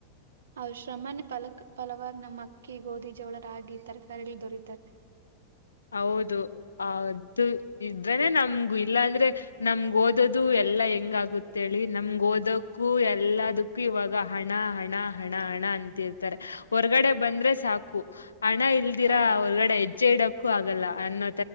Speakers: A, on the right; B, on the left.
A: ಅವ ಶ್ರಮ ಪಲಕ್ ಪಲವಾರ ನಮ್ಮ್ ಅಕ್ಕಿ ಗೋಧಿ ಜವಳ ರಾಗಿ ತರಕಾರಿಲ್ಲಿ ದೊರೀತಾರೆ
B: ಹೌದು ಅದು ಇದ್ರೇನೆ ನಮ ಇಲ್ಲಾಂದ್ರೆ ನಮ್ಗೆ ಓದ ದದು ಎಲ್ಲಾ ಹೆಂಗ ಆ ಗೊತ್ತೇಳ ಹೇಳಿ ನಮ್ಗೆ ಓದಕ್ಕು <inaudible> ು ಇವಾಗ ಹಣ ಹಣ ಹಣ ಹಣ ಅಂತಿರ್ತಾರೆ ಹೊರ್ಗಡೆ ಬಂದ್ರೆ ಸಾಕು ಹಣ ಇಲ್ದಿರಾ
A: ಹಣ
B: ಹೊರ್ಗಡೆ ಹೆಜ್ಜೆ ಇಡಕ್ ಆಲ್ಲ ಅನ್ನ